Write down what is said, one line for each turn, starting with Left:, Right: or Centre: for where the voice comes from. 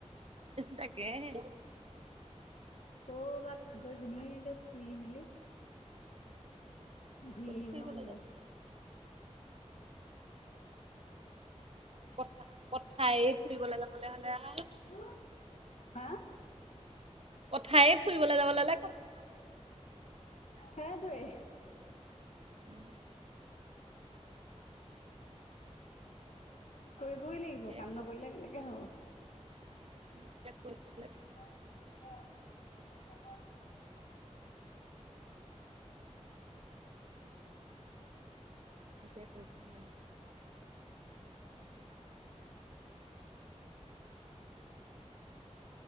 Right: তাকে হে
Left: ক'ৰবাত গজনি ফুই মিলি। ঘূৰি
Right: ক'ত
Left: আহিবলৈ
Right: ফুৰিবলৈ
Left: মন গৈ
Right: যাব পথা পথাৰেই ফুৰিবলৈ যাবলৈ হ'লে আৰু
Left: <unintelligible> হা।
Right: কথায় ফুৰিবলৈ যাব ল'লে
Left: হেতোয়ে।
Right: উম।
Left: কৰিবই লাগিব
Right: খাব
Left: কাম নকৰিলে কেনেকে হ'ব।
Right: <inaudible>
Left: <unintelligible>
Right: এতিয়া পৰীক্ষা